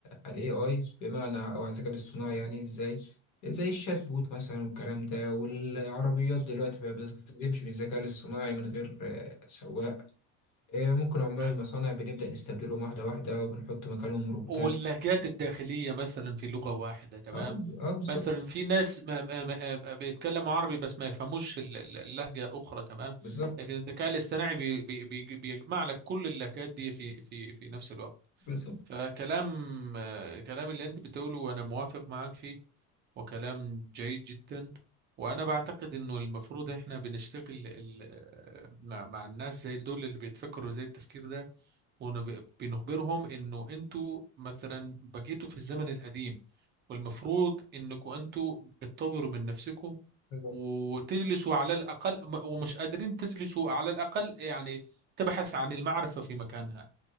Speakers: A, on the left; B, on the right.
A: على ال AI بمعنى أو على الذكاء الاصطناعي يعني إزاي زي الشات بوت مثلا والكلام ده والعربيات دلوقتي بقى بتمشي بالذكاء الاصطناعي من غير آه، سواق آه، ممكن عمال
B: نعم
A: المصانع بنبدأ نستبدلهم واحدة واحدة وبنحط مكانهم روبوتات
B: واللهجات الداخلية مثلا في لغة واحدة تمام
A: اه اه بالظبط
B: مثلا في ناس ما ما ما ما بيتكلموا عربي بس ما يفهموش ال- ال- اللهجة أخرى تمام
A: بالظبط
B: لكن الذكاء الاصطناعي بي بي بي بيجمع لك كل اللهجات دي في في في نفس الوقت
A: بالظبط
B: فكلام آه، كلام اللي انت بتقوله وانا موافق معاك فيه وكلام جيد جدا وانا بعتقد انه المفروض احنا بنشتغل ال- آه، مع مع الناس زي دول اللي بيتفكروا زي التفكير ده وبنخبرهم انه انتوا مثلا بقيتوا في الزمن القديم والمفروض انكم انتوا بتطوروا من نفسكم
A: بالظبط
B: وتجلسوا على الأقل ومش قادرين تجلسوا على الأقل يعني تبحث عن المعرفة في مكانها